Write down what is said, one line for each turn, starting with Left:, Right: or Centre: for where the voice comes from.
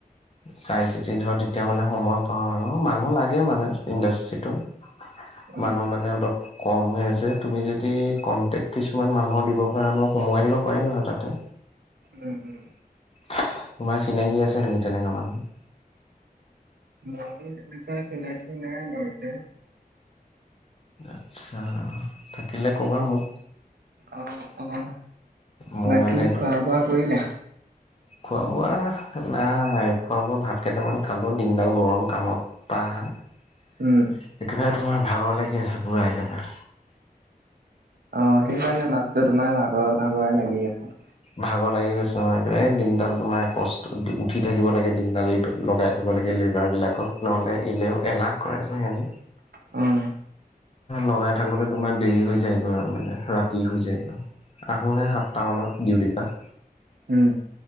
Left: চাই চিতি ধৰ তেতিয়া মানে সময় পাওঁ আৰু মানুহ লাগে মানে ইণ্ডাষ্ট্ৰিটোত।
Right: অ',
Left: মানুহ মানে অলপ। কম হৈ আছে তুমি যদি কনটেক্ট কিছুমান মানুহৰ দিব পাৰা মই সোমোৱাই দিব পাৰিম আৰু তাতে।
Right: উম, উম।
Left: তোমাৰ চিনাকি আছে নেকি তেনেকা মানুহ।
Right: আৰু তেনেকুৱা চিনাকি নাই বাৰু।
Left: আচ্ছা, থাকিলে ক'বা মোক।
Right: অ, অ,
Left: মোৰ
Right: বাকী
Left: মানে
Right: খোৱা বোৱা কৰিলা?
Left: খোৱা-বোৱা নাই খোৱা বোৱা ভাত কেইটামান খালো দিনডাল গৰম কামত। পা একেবাৰে
Right: উম,
Left: তোমাৰ ভাগৰ লাগি আছে পুৰা একেবাৰে।
Right: অ' সেইকাৰণে মাতটো তোমাৰ ভাগৰ ভাগৰেই লাগি আছে।
Left: ভাগৰ লাগি গৈছে নহয় কিবা এই দিনডাল তোমাৰ কষ্ট উঠি থাকিব লাগে দিনডালৰ লগাই থব লাগে লিডাৰ বিলাকক নহ'লে এলেও এলাহ কৰে যে সিহঁতে।
Right: উম।
Left: লগাই থাকোতে তোমাৰ দেৰি হৈ যায়গৈ আৰু মানে ৰাতি হৈ যায়। আহোহে সাতটা মানত ডিউটি পা।
Right: উম।